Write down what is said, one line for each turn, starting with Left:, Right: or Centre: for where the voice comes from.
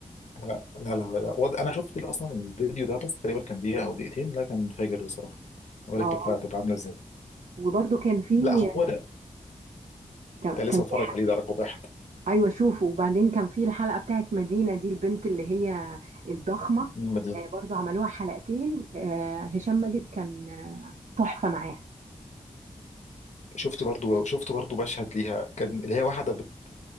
Left: لا لا لا, لا. وض... انا شفت ال- اصلا الفيديو ده بس تقريبا كان دقيقه او دقيقتين لا كان فاجر بصراحه ما بالك
Right: اه
Left: الحلقه تبقى عامله ازاي
Right: وبرده كان في
Left: لا هو ده
Right: كان
Left: ده لسه
Right: في
Left: بتفرج عليه ده رقم واحد
Right: ايوه شوفوا وبعدين كان في الحلقه بتاعت مدينه دي البنت اللي هي الضخمه
Left: من المدينه
Right: آه برضو عملوها حلقتين آه هشام ماجد كان آه، تحفه معاها
Left: شفت برضو شفت برضو مشهد ليها كان اللي هي واحده بت...